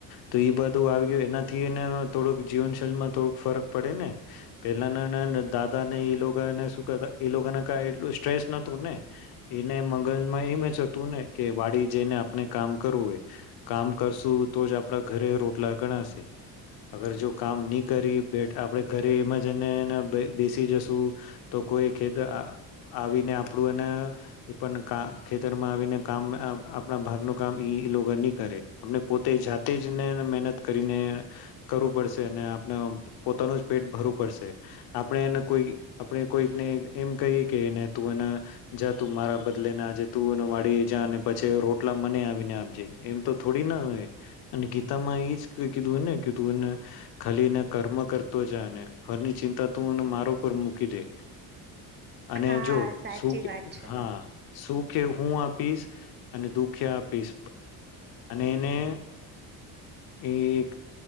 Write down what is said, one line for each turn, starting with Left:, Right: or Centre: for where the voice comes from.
Left: તો એ બધું આવી ગયું એનાથી એને થોડુંક જીવનશૈલીમાં ફરક પડે ને પેલાના દાદા ને એ લોકોને શ કરતા એ લોકોને ક એટલું સ્ટ્રેસ નતું ને એને મંગલમાં એમ જતું ને કે વાડી જઈને આપણે કામ કરવું હોય કામ કરશું તો જ આપડા ઘરે રોટલા ગણાશે અગર જો કામ ન કરી આપે ઘરે એમ જનેને બેસી જશું તો કોઈ ખેર આવીને આપડું એને પણ ખેતરમાં આવીને કામ આપણા ભાગનું કામ ઈ લોકો નહી કરે આપણે પોતે જાતે જને મહેનત કરીને કરવું પડશે અને પોતાનું પેટ ભરવું પડશે આપણે એને કોઈ આપણે કોઈકને એમ કહીએ કેને તું એને જા તું મારા બદલેને આજે તું વાડી જા અને પછી રોટલા મને આવીને આપજે એમ તો થોડી ના હો અને ગીતામાં એજ કીધુંને કે તું એને ખાલીને કર્મ કરતો જાયને ફરની ચિંતા તું મા મૂકી દે અને
Right: હા
Left: જો
Right: સાચી
Left: શ
Right: વાત છે
Left: હા સુખે હું આપીશ અને દુખી આપીશ અને એને એ એક